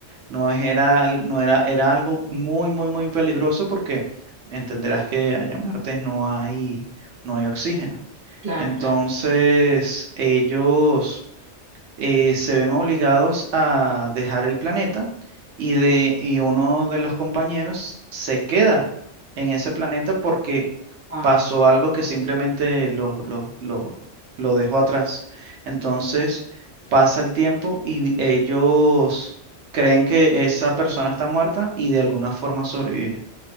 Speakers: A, on the right; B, on the right.
A: No es- era, al- no era, era algo muy, muy, muy peligroso porque entenderás que allá en Martes no hay, no hay oxígeno.
B: claro,
A: Entonces,
B: claro.
A: ellos eh, se ven obligados a dejar el planeta y, de, y uno de los compañeros se queda en ese planeta porque
B: Wow.
A: pasó algo que simplemente lo, lo, lo- lo dejó atrás. Entonces pasa el tiempo y vi- ellos creen que esa persona está muerta y de alguna forma sobrevive.